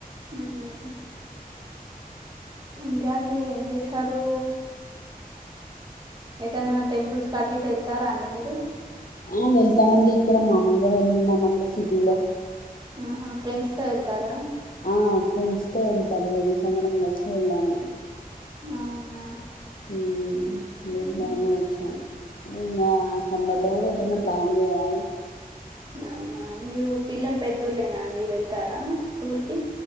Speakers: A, on the right (about 25°); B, on the left (about 65°).
A: ఉం ఇంకా అండి ఏం చేసి స్తారు ఎటన్న టెంపుల్స్ కట్ ఇటు వెళ్తారా అండి మీరు
B: ఆ వెళ్తామండి ఇక్కడ మామూలుగా వెళ్ళినామండి సిటీలో
A: ఆహా ఫ్రెండ్స్ తో వెల్తారా
B: ఆ ఫ్రెండ్స్ తో వెల్తాన్ ఫ్రెండ్స్ అందరం కలిసి వెళ్ళాము
A: అవునా
B: ఉం వెళ్ళాను
A: ఉమ్,
B: వచ్చాను ఇంగా సమ్మర్లో కూడ ఎటన్న ప్లాన్ చెయాలి
A: అవునా మీరు పిల్లలు పెద్దోళ్లేనా వెల్త్ తారా టూర్కి